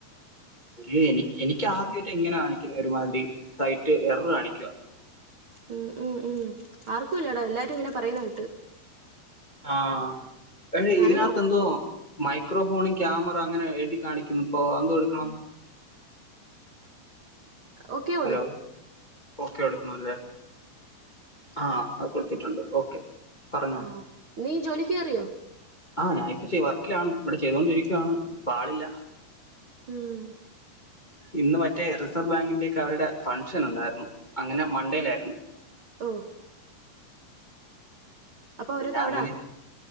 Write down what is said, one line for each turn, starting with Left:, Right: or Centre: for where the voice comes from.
Left: എ എനി എനിക്ക് ആദ്യമായിട്ട് എങ്ങനൊ കാണിക്കുന്നെ ഒരുമാതിരി സൈറ്റ് എറർ കാണിക്കുക
Right: ഉം ഉം ഉം ആർക്കുംയില്ലടാ എല്ലാരും ഇങ്ങനെ പറയുന്ന കേട്ട്
Left: ആഹ് എടാ
Right: ഞാനും
Left: ഇതിനാത്ത്
Right: നോ
Left: എന്തോ മൈക്രോഫോണും ക്യാമറ അങ്ങനെ എഴുതി കാണിക്കുന്നു ഇപ്പൊ ഏത് കൊടുക്കണം
Right: ഓക്കെ
Left: ഹലോ
Right: ഓട്
Left: ഓക്കെ കൊടുക്കണം അല്ലേ ആഹാ അത് കൊടുത്തിട്ടുണ്ട് ഓക്കെ പറഞ്ഞോ
Right: ആഹ് നീ ജോലിക്ക് കേറിയോ
Left: ആഹ് ഞാൻ ഇപ്പൊ ഇച്ചിരി വർക്കിലാണ് ഇവിടെ ചെയ്തൊണ്ടിരിക്കുവയാണ് ഇപ്പ ആളില്ല
Right: ഉം
Left: ഇന്ന് മറ്റേ <unintelligible> റിസർവ് ബാങ്കിന്റെ ഒക്കെ അവരുടെ ഫംഗ്ഷൻ ഉണ്ടായിരുന്നു അങ്ങനെ മൺഡേയിലായിരുന്നു
Right: ഓഹ് അപ്പൊ അവരൊക്കെ
Left: പിന്നെ
Right: അവിടെ
Left: അങ്ങനെ
Right: ആണോ